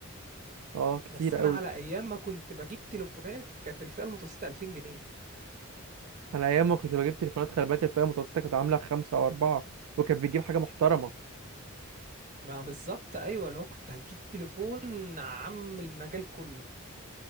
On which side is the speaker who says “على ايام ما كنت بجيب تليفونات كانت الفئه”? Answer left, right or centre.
Right